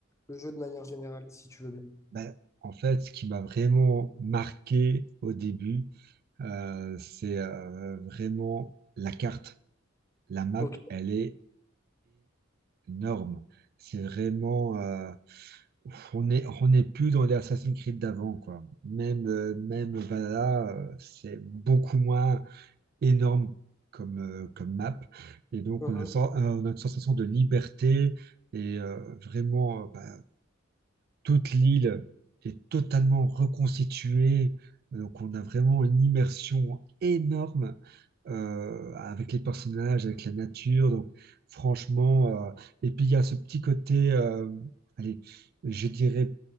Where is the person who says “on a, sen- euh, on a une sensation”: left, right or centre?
Right